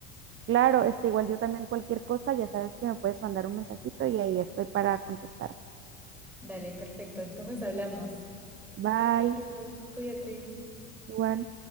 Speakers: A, on the right; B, in the centre.
A: Claro, este, igual yo también cualquier cosa, ya sabes que me puedes mandar un mensajito y ahí estoy para contestarte.
B: Dale, perfecto, entonces hablamos.
A: Bye,
B: Chao, Paula, cuídate.
A: igual.